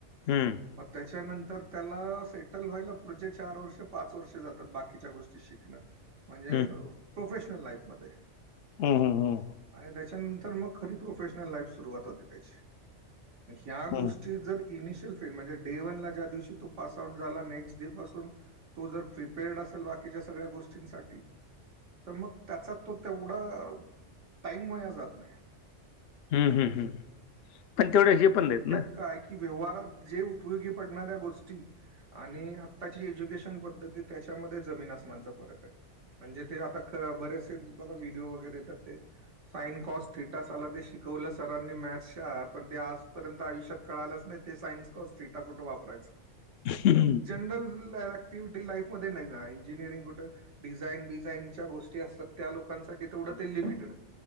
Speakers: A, on the left; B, on the right.
A: हम्म
B: मग त्याच्यानंतर त्याला सेटल व्हायला पुढचे चार वर्ष पाच वर्ष जातात बाकीच्या गोष्टी शिकन्यात म्हणजे
A: हम्म.
B: प्रोफेशनल लाईफमध्ये
A: हम् हम् हम
B: आणि त्याच्यानंतर मग खरी प्रोफेशनल लाईफ सुरुवात होती त्याची, ह्या गोष्टी
A: हम्म
B: जर इनिशियल म्हणजे डे वन ला ज्या दिवशी तो पास आउट झाला नेक्स्ट डे पासून पि- तो जर प्रिपेर्डश असेल बाकीच्या सगळ्या गोष्टींसाठी- तर मग त्याचा तो तेवढा टाईम वाया जात नाही.
A: हम्म हम्म हम् पण तेवढ्या
B: म्हणजे
A: हे पण
B: थोडक्यात
A: नाहीत ना,
B: काय की व्यवहारात जे उपयोगी पडणाऱ्या गोष्टी आणि आत्ताची एज्युकेशन पद्धती त्याच्यामध्ये जमीन आसमानचा फरक आहे. म्हणजे ते आता बरेचसे बघा व्हिडिओ वगैरे येतात ते साईन कॉस थिटसा आला ते शिकवलं सरांनी मॅथ्सच्या आत पण ते आजपर्यंत आयुष्यात कळालाच नाही ते सायन्स कॉस डेटा कुठे वापरायचं.
A: हम्म.
B: जनरल ऍक्टिव्हिटी लाईफमध्ये नाही ना इंजिनिअरिंग कुठे- डिझाईन बिझाईन च्या गोष्टी असतात त्या लोकांसाठी तेवढं ते लिमिटेड